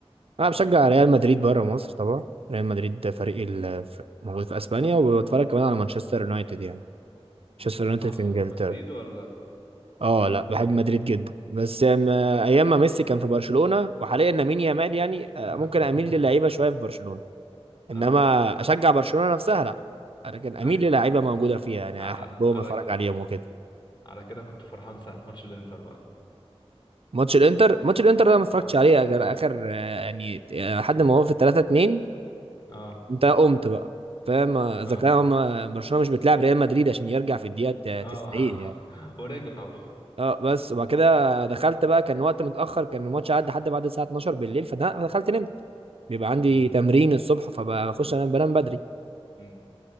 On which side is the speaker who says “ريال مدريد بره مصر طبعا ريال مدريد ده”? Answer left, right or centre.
Right